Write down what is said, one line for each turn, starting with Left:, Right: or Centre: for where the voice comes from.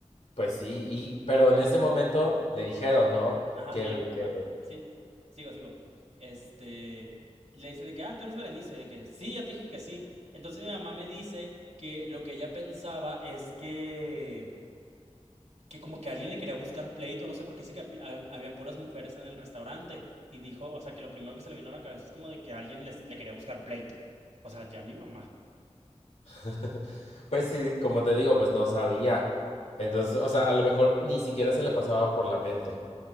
Left: pues sí, y, pero en ese momento le dijeron, ¿no?
Right: Ajá,
Left: Que
Right: mira,
Left: el,
Right: ahí
Left: que,
Right: va. Sí, sigo, sigo. Este, le dicen de que, ah, tú eres Berenice, de que sí, ya te dije que sí. Entonces mi mamá me dice que lo que ella pensaba es que, que como que alguien le quería buscar pleito, no sé, porque dice que api- ha- habían puras mujeres en el restaurante. Y dijo, o sea, que lo primero que se le vino a la cabeza es como de que alguien les, le quería buscar pleito. O sea, ya mi mamá.
Left: <laughs> pues sí, como te digo, pues no sabía. Entonces, o sea, a lo mejor ni siquiera se le pasaba por la mente.